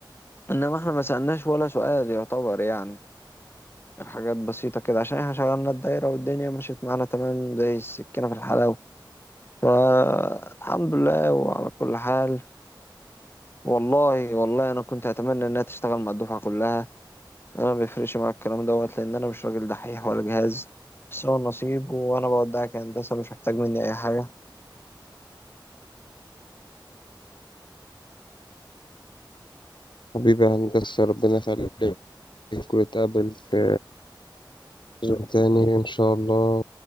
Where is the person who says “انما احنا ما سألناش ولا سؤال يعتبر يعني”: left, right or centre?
Left